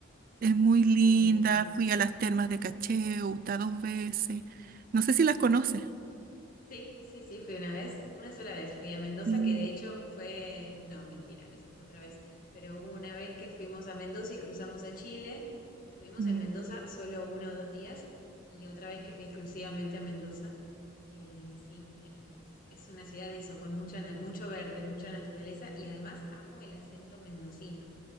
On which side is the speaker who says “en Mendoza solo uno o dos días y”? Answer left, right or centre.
Left